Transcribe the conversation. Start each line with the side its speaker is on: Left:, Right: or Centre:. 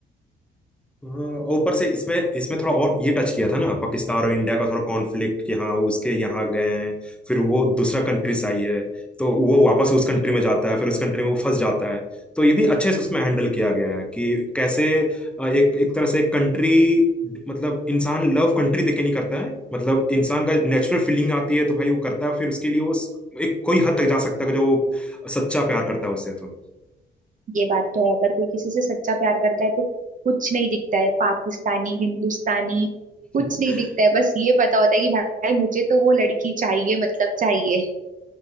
Centre: हाँ, ऊपर से इसमें इसमें थोड़ा और ये टच किया था ना पाकिस्तान और इंडिया का थोड़ा कॉन्फ्लिक्ट कि हाँ उसके यहाँ गए हैं फिर वो दूसरा कंट्री से आई है तो वो वापस उस कंट्री में जाता है फिर उस कंट्री में वो फंस जाता है तो ये भी अच्छे से उसमें हैंडल किया गया है कि कैसे अ, एक एक तरह से कंट्री मतलब इंसान लव कंट्री देखे नहीं करता है मतलब इंसान का नेचुरल फीलिंग आती है तो भाई वो करता है फिर उसके लिए वो स- एक कोई हद तक जा सकता है जो वो सच्चा प्यार करता है उससे तो
Right: ये बात तो है अगर कोई किसी से सच्चा प्यार करता है तो कुछ नहीं दिखता है पाकिस्तानी हिंदुस्तानी कुछ
Centre: <laughs>
Right: नहीं दिखता है बस ये पता होता है कि भाई मुझे तो वो लड़की चाहिए मतलब चाहिए